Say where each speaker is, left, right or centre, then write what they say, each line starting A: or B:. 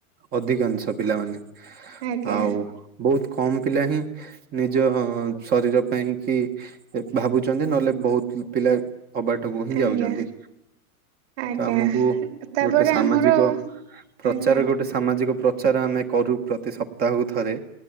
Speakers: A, on the right (about 20°); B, on the right (about 45°).
A: ଅଧିକାଂଶ ପିଲାମାନେ
B: ଆଜ୍ଞା
A: ଆଉ ବହୁତ କମ ପିଲା ହିଁ ନିଜ ଶରୀର ପାଇଁ କି ଭାବୁଛନ୍ତି ନହେଲେ ବହୁତ ପିଲା ଅବାଟକୁ ହିଁ
B: ଆଜ୍ଞା
A: ଯାଉଛନ୍ତି।
B: ଆଜ୍ଞା
A: ତ ଆମକୁ
B: ତାପରେ
A: ଗୋଟେ ସାମାଜିକ
B: ଆମର
A: ପ୍ରଚାର
B: ଆଜ୍ଞା
A: ଗୋଟେ ସାମାଜିକ ପ୍ର ଚାର ଆମେ କରୁ ପ୍ରତି ସପ୍ତାହକୁ ଥରେ